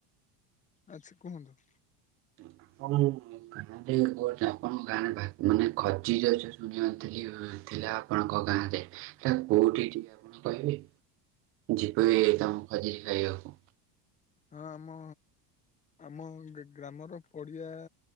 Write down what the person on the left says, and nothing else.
ଆଛା କୁହନ୍ତୁ?
ହଁ, ଆମ ଆମ ଗ୍ରାମର ପଡିଆ